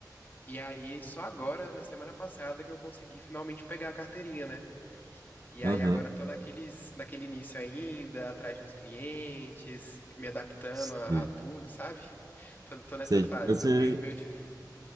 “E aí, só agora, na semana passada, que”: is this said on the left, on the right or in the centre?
Left